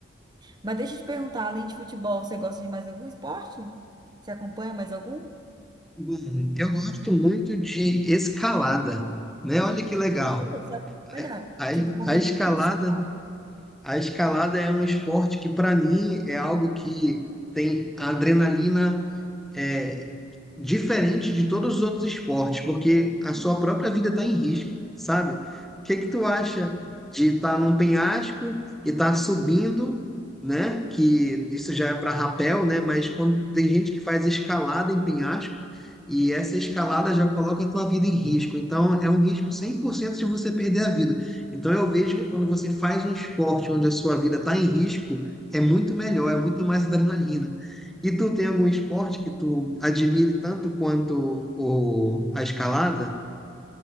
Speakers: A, on the right; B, in the centre.
A: Mas deixa eu te perguntar, além de futebol, você gosta de mais algum esporte? Você acompanha mais algum?
B: <laughs> hum, eu gosto muito de escalada, né? Olha que legal.
A: Você acompanha,
B: A,
A: tipo, competição
B: a escalada,
A: dos caras?
B: a escalada é um esporte que para mim é algo que tem adrenalina é, diferente de todos os outros esportes, porque a
A: Uhum.
B: sua própria vida está em risco, sabe? O que que tu acha de estar num penhasco e estar subindo, né? Que isso já é para rapel, né? Mas quando tem gente que faz escalada em penhasco e essa escalada já coloca a tua vida em risco. Então é um risco 100% de você perder a vida. Então eu vejo
A: Meu
B: que quando
A: Deus.
B: você faz um esporte onde a sua vida está em risco, é muito melhor, é muito mais adrenalina. E tu tem algum esporte que tu admire tanto quanto o, a escalada?